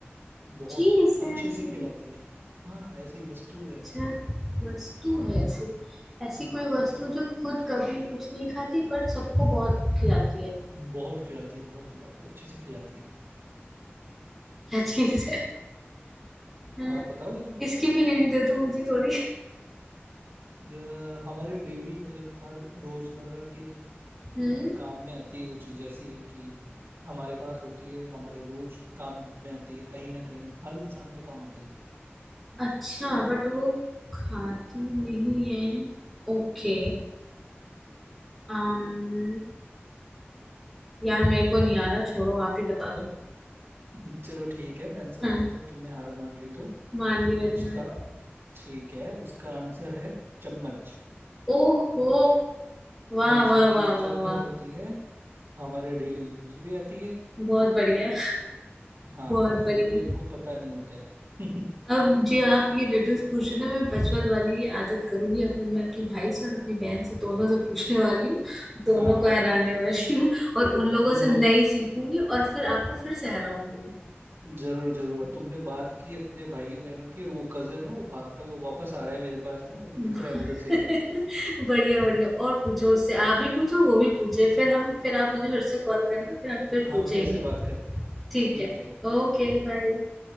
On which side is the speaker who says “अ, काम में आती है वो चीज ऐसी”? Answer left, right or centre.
Right